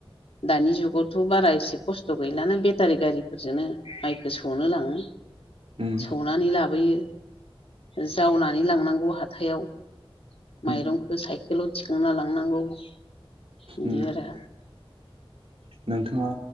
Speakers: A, on the left (about 80°); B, on the right (about 80°).
A: दानि जुगावथ' बारा एसे खस्थ' गैलाना बेटारि गारिफोरजोंनो माइखौ सौनो लाङो।
B: उम
A: सौनानै लाबोयो। जावनानै लांनांगौ हाथायाव
B: उम
A: माइरंखौ साइकेलाव। थिखांना लांनांगौ बिदि
B: उम
A: आरो।
B: नोंथाङा